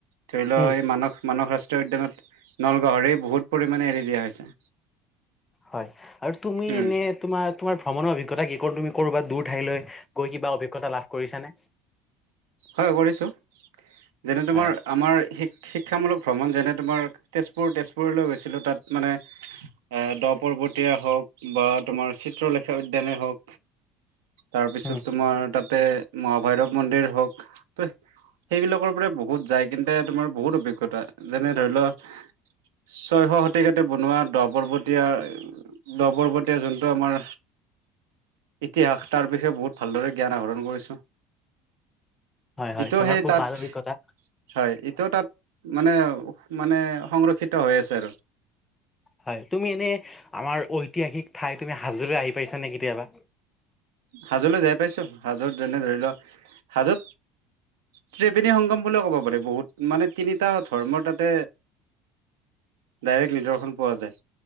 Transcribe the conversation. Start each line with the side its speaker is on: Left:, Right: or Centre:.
Right: ধৰি লও
Left: হম
Right: এই মানস মানস ৰাষ্ট্ৰ ৰাষ্ট্ৰীয় উদ্যানত নলগাহৰি বহুত পৰিমাণে এৰি দিয়া হৈছে
Left: হয় আৰু তুমি
Right: উম
Left: এনে তোমাৰ তোমাৰ ভ্ৰমণৰ অভিজ্ঞতা কি? ক'ত তুমি কৰবাত দূৰ ঠাইলৈ গৈ কিবা অভিজ্ঞতা লাভ কৰিছা নে?
Right: হয় কৰিছোঁ যেনে তোমাৰ
Left: হয়
Right: আমাৰ শিক শিক্ষামূলক ভ্ৰমণ যেনে তোমাৰ তেজপুৰ তেজপুৰলৈ গৈছিলোঁ তাত মানে দ পৰ্বতিয়া হওক বা তোমাৰ চিত্ৰলেখা উদ্যানে হওক তাৰপিছত
Left: উম
Right: তোমাৰ তাতে মহাভৈৰৱ মন্দিৰ হওক ত সেইবিলাকৰ পৰা বহু- বহুত যায় কিন্তে তোমাৰ বহুত অভিজ্ঞতা যেনে ধৰি ল ছয়শ শতিকতে বনোৱা দ পৰ্বতীয়া দহ পৰ্বতীয়া যোনটো আমাৰ ইতিহাস তাৰ বিষয়ে বহুত ভালদৰে জ্ঞান আহৰণ কৰিছোঁ।
Left: হয় হয়
Right: ইটো
Left: তোমাৰ
Right: সেই
Left: খুব
Right: তাত
Left: ভাল অভিজ্ঞতা
Right: হয় ইটো তাত মানে মানে সংৰক্ষিত হৈ আছে আৰু
Left: হয় তুমি এনেই আমাৰ ঐতিহাসিক ঠাই তুমি হাজো লৈ আহি পাইছানে কেতিয়াবা?
Right: হাজোলৈ যায় পাইছো হাজোত যেনে ধৰি লও হাজোত ত্ৰিৱেণী সংগম বুলিও ক'ব পাৰি বহুত মানে তিনিটা ধৰ্মৰ তাতে ডাইৰেক্ট নিদৰ্শন পোৱা যায়